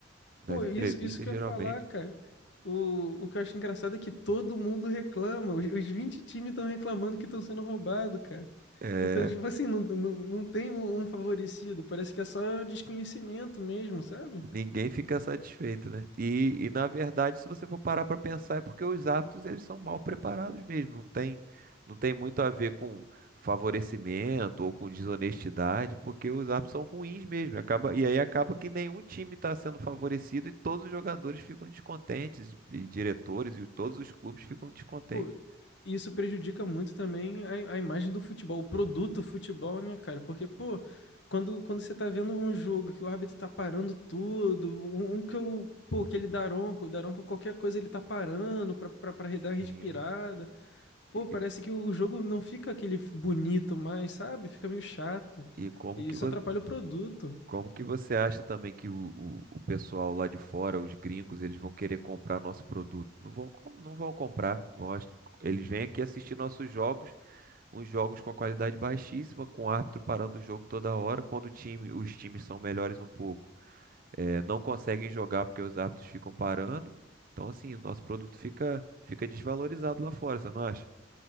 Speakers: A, on the right; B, on the left.
A: Nas
B: Pô, isso,
A: entrevistas,
B: isso que eu
A: geralmente.
B: ia falar, cara. O, o que eu acho engraçado é que todo mundo reclama. Os, os 20 times estão reclamando que estão sendo roubados, cara.
A: é
B: Então, tipo assim, não, não, não tem um um favorecido. Parece que é só desconhecimento mesmo, sabe?
A: Ninguém fica satisfeito, né? E, e na verdade, se você for parar para pensar, é porque os árbitros eles são mal preparados mesmo. Não tem, não tem muito a ver com favorecimento ou com desonestidade, porque os árbitros são ruins mesmo. Acaba, e aí acaba que nenhum time está sendo favorecido e todos os jogadores ficam descontentes, e diretores e todos os clubes ficam descontentes.
B: Pô, isso prejudica muito também a, a imagem do futebol, o produto futebol, né, cara? Porque, pô, quando, quando você tá vendo um jogo que o árbitro tá parando tudo, um, um que eu. Pô, aquele Daronco, o Daronco, qualquer coisa ele tá parando pra, pra, pra dar uma respirada.
A: Sim.
B: Pô,
A: E,
B: parece que o jogo não fica aquele bonito mais, sabe? Fica meio chato.
A: e como
B: E
A: que
B: isso atrapalha o produto.
A: Como que você acha também que o, o, o pessoal lá de fora, os gringos, eles vão querer comprar nosso produto? Não vão, com- não vão comprar. Vão, ach- eles vêm aqui assistir nossos jogos, uns jogos com a qualidade baixíssima, com o árbitro parando o jogo toda hora, quando o time, os times são melhores um pouco. eh, não conseguem jogar porque os árbitros ficam parando. Então, assim, o nosso produto fica, fica desvalorizado lá fora, você não acha?